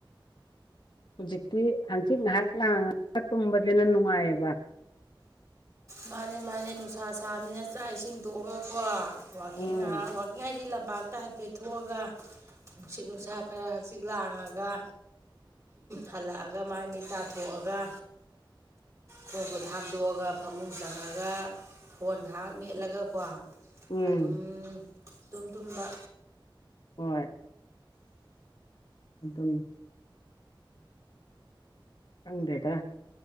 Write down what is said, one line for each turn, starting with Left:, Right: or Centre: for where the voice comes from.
Left: ꯍꯧꯖꯤꯛꯇꯤ ꯍꯪꯆꯤꯠ ꯉꯥꯏꯍꯥꯛ ꯂꯥꯡꯉꯒ ꯇꯨꯝꯕꯁꯤꯅ ꯅꯨꯡꯉꯥꯏꯌꯦꯕ
Right: ꯃꯥꯅꯦ ꯃꯥꯅꯦ ꯅꯨꯡꯁꯥ ꯁꯥꯕꯅꯤꯅ ꯆꯥꯛ ꯏꯁꯤꯡ ꯇꯣꯛꯑꯒꯀꯣ ꯋꯥꯀꯤꯡ
Left: ꯎꯝ
Right: ꯋꯥꯀꯤꯡ ꯍꯥꯏꯗꯤ ꯂꯝꯄꯥꯛꯥꯛꯇ ꯍꯥꯏ ꯄꯦ ꯊꯣꯛꯣꯛꯑꯒ ꯅꯨꯡꯁꯤꯠ ꯅꯨꯡꯁꯥ ꯈꯔ ꯍꯆꯤꯛ ꯂꯥꯡꯉꯒ ꯍꯜꯂꯛꯑꯒ ꯃꯥ ꯃꯤ ꯇꯥꯊꯣꯛꯑꯒ ꯀꯕꯨ ꯙꯥꯟꯗꯑꯒ ꯐꯃꯨꯡ ꯆꯪꯉꯒ ꯐꯣꯟ ꯉꯥꯏꯍꯥꯛ ꯃꯦꯠꯂꯒꯀꯣ
Left: ꯎꯝ
Right: ꯑꯗꯨꯝ ꯇꯨꯝ ꯇꯨꯝꯕ
Left: ꯍꯣꯏ ꯑꯇꯪ ꯀꯪꯗꯦꯇ